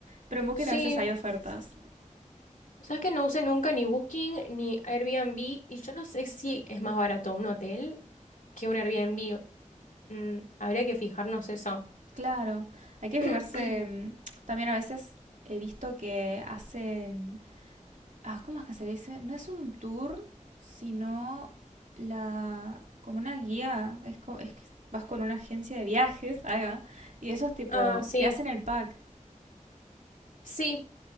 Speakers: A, on the right (about 70°); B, on the left (about 85°).
A: pero en Booking
B: sí,
A: a veces hay ofertas.
B: Sabes que no usé nunca ni Booking ni Airbnb y yo no sé si es más barato un hotel que un Airbnb. Mm, habría que fijarnos eso.
A: Claro, hay que fijarse.
B: <clears throat>
A: mm, También a veces he visto que hacen ah, ¿cómo es que se dice? No es un tour, sino la como una guía, es, co- es que vas con una agencia de viajes, <laughs> ahí va, y esos tipo
B: Ah, sí,
A: te hacen el pack
B: sí,